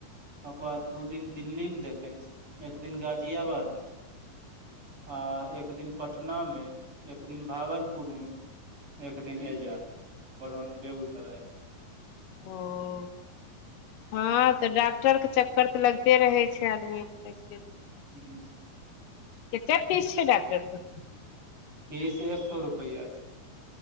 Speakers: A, on the right; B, on the left.
A: ओकर बाद दू दिन दिल्ली मे देखे छै एक दिन गाजियाबाद मे आ एक दिन पटना मे एक दिन भागलपुरमे एक दिन एहिजाँ बरोनी बेगूसराय <inaudible>
B: ओ हँ तऽ डॉक्टर कऽ चक्कर तऽ लगते रहै छै आदमी केँ से
A: हुँ
B: केतै फीस छै डाकटर कऽ
A: फीस एक सौ रुपैया छै